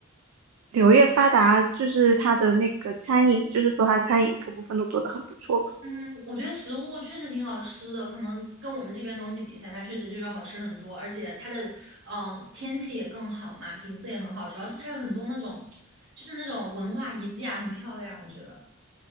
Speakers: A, on the right; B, on the right.
A: 柳叶发达就是它的那个餐饮，就是说它餐饮各部分都做得很不错嘛。
B: 嗯，我觉得食物确实挺好吃的，可能跟我们这边东西比起来，它确实就是好吃很多，而且它的嗯、呃天气也更好嘛，景色也很好，主要是它有很多那种就是那种文化遗迹啊，很漂亮，我觉得。